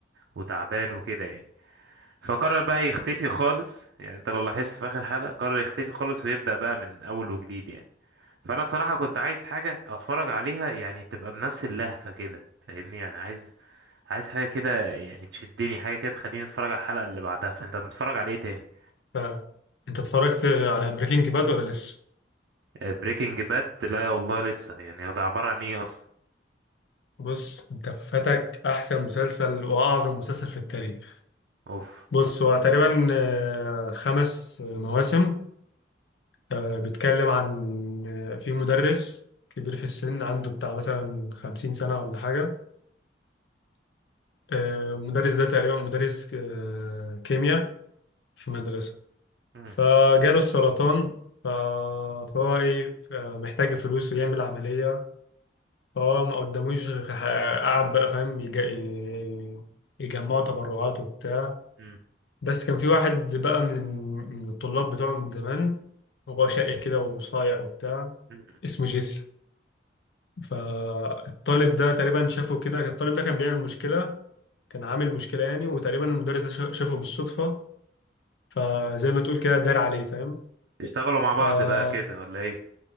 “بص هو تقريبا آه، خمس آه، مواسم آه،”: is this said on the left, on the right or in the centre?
Left